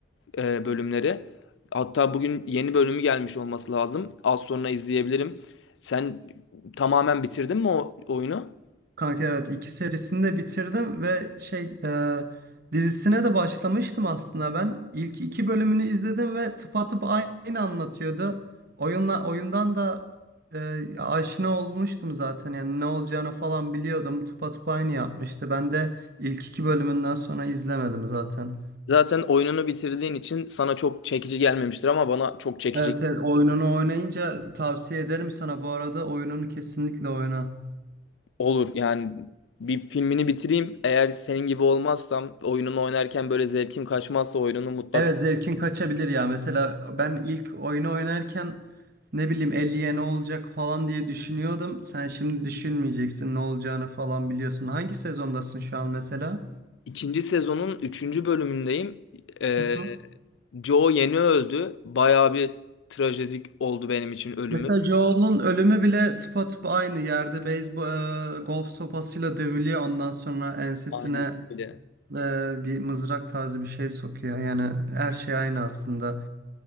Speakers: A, on the left; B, on the right.
A: e, bölümleri. Hatta bugün yeni bölümü gelmiş olması lazım. Az sonra izleyebilirim. Sen tamamen bitirdin mi o oyunu?
B: Kanka evet iki serisini de bitirdim ve şey e, dizisine de başlamıştım aslında ben. İlk iki bölümünü izledim ve tıpatıp aynı anlatıyordu. Oyunla oyundan da e, aşina olmuştum zaten yani ne olacağını falan biliyordum. Tıpatıp aynı yapmıştı. Ben de ilk iki bölümünden sonra izlemedim zaten.
A: Zaten oyununu bitirdiğin için sana çok çekici gelmemiştir ama bana çok çekici
B: Evet evet oyununu oynayınca tavsiye ederim sana bu arada oyununu kesinlikle oyna.
A: olur. Yani bir filmini bitireyim. Eğer senin gibi olmazsam oyununu oynarken böyle zevkim kaçmazsa oyununu mutlaka
B: Evet zevkin kaçabilir ya. Mesela ben ilk oyunu oynarken Ne bileyim elliye ne olacak falan diye düşünüyordum. Sen şimdi düşünmeyeceksin ne olacağını falan biliyorsun. Hangi sezondasın şu an mesela?
A: İkinci sezonun üçüncü bölümündeyim. Ee,
B: Hı hı.
A: Joe yeni öldü. Bayağı bir trajedik oldu benim için ölümü.
B: Mesela Joel'un ölümü bile tıpatıp aynı yerde beyzbol, e, golf sopasıyla dövülüyor. Ondan sonra ensesine
A: Aynen öyle.
B: e, bir mızrak tarzı bir şey sokuyor. Yani her şey aynı aslında.